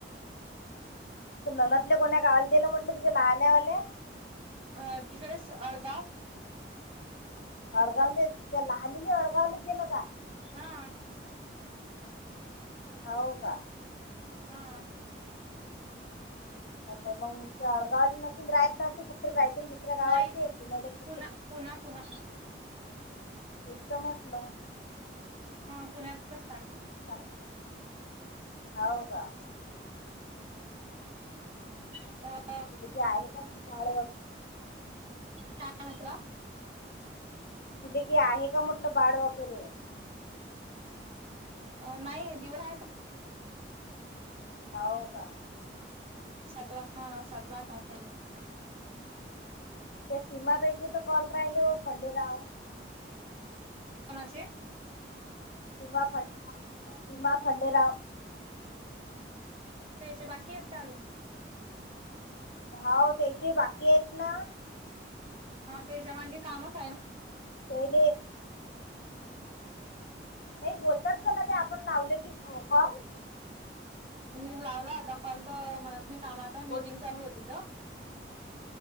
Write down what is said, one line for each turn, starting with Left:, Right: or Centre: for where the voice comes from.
Left: <unintelligible> कोणा गायला दिलं म्हटलं <unintelligible> तुझ्या लहान <unintelligible>
Right: अ तिकडे स अडगाव
Left: अडगावले ते लहानले अडगावत दिलं का?
Right: हा.
Left: हो का?
Right: हा.
Left: <unintelligible> आडगाव <unintelligible> तर कुठ <unintelligible> <unintelligible> गावाल
Right: नाही
Left: <unintelligible>
Right: पुना पुना पुना
Left: तेच म्हटलं.
Right: हा पुण्यातच थांबते.
Left: <unintelligible> होव का?
Right: ह.
Left: तिची आई पण का मी बाळ बगती.
Right: काय म्हटला?
Left: तिले की आहे का म्हटलं बाळ वगैरे
Right: अ नाय दिवाळी
Left: हाव का?
Right: सातवा हां सातवा क.
Left: ते सीमा तयचे तर कॉल राहिले हो खंडेराव.
Right: कोणाचे?
Left: सीमा खंडेराव सीमा खंडेराव.
Right: त्याचे बाकी आहेत का? अजून
Left: हो तेचे बाकी आहेत ना.
Right: हा त्याच्या मागे कामच आहे ना.
Left: तेले नाही बोलतात मला ते आपण लावले की कॉल
Right: मी लावला होता कॉल तर मी कामात
Left: बोलतात
Right: मीटिंग चालू होती.